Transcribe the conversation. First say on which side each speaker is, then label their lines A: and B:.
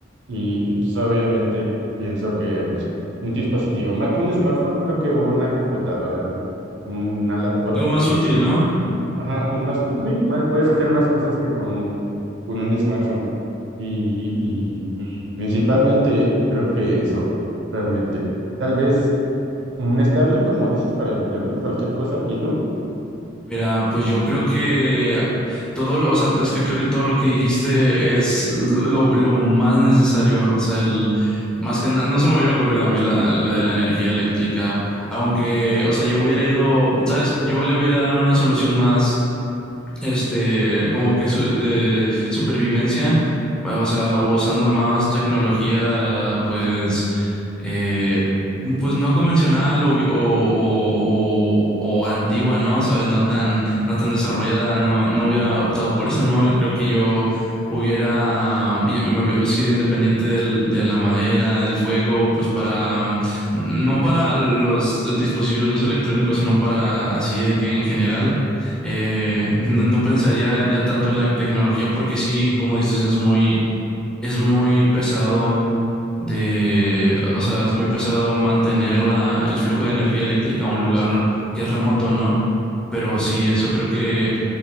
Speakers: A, on the right; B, in the centre.
A: y, y pues obviamente pienso que pues un dispositivo, más que un smartphone, creo que una computadora, ¿no? Un- Una laptop,
B: Algo
A: creo
B: más
A: que,
B: útil,
A: que-
B: ¿no?
A: ajá, un más, sí, más, puedes hacer más cosas que con un, con un smartphone. Y, y pues, principalmente creo que eso, realmente. Tal vez un Starlink, como dices, para el internet, cualquier cosa. ¿Y tú?
B: Mira, pues yo creo que todo, lo- o sea, es que creo que todo lo que dijiste es lo, lo más necesario. O sea, el, más que na- no se me hubiera ocurrido a mí la, la de la energía eléctrica, aunque, o sea, yo hubiera ido, sabes, yo le hubiera dado una solución más este, como que su- de supervivencia, o sea, usando más tecnología, pues, eh, pues no convencional o, vi- o, o, o- o antigua, ¿no? ¿Sabes? No tan, no tan desarrollada, no, no hubiera optado por eso, ¿no? Creo que yo hubiera, eh, me hubiera sido independiente del- de la madera, del fuego, pues para, mm, no para los dispositivos electrónicos, sino para así de que en general eh, no, no pensaría ya tanto en la tecnología porque sí, como dices, es muy, es muy pesado de, o sea, es muy pesado mantener la, el flujo de energía eléctrica a un lugar que es remoto, ¿no? Pero sí, eso creo que